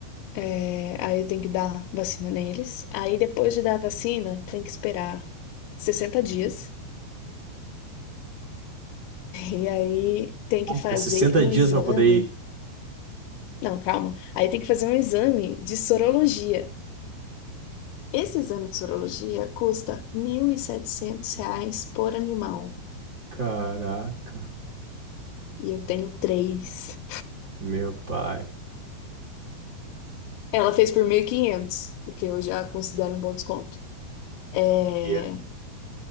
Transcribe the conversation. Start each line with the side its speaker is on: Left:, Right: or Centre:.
Left: É, aí tem que dar vacina neles. Aí depois de dar a vacina, tem que esperar 60 dias. <laughs> E aí tem que
Right: Caraca,
Left: fazer
Right: 60
Left: um
Right: dias
Left: exame
Right: pra poder ir.
Left: Não, calma. Aí tem que fazer um exame de sorologia. Esse exame de sorologia custa 1.700 reais por animal.
Right: Caraca.
Left: E eu tenho três.
Right: Meu pai.
Left: Ela fez por 1.500, o que eu já considero um bom desconto. É,
Right: Yeah.